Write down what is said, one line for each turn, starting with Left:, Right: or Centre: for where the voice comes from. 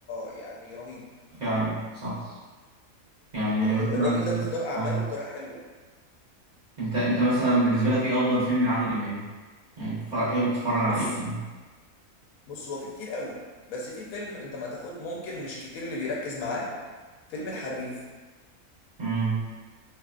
Left: يعني رهيب
Right: فعلا صح يعني
Left: آه
Right: مثلا
Left: الراجل ده بيختار اعماله
Right: هم-
Left: بطريقه حلوه
Right: انت انت مثلا بالنسبة لك ايه افضل فيلم لعادل امام يعني تتفرج- تحب تتفرج على
Left: بص
Right: ايه فعلا
Left: بص هو في كتير قوي بس في فيلم انت ما تاخد ممكن مش كتير اللي بيركز معاه فيلم الحريف
Right: امم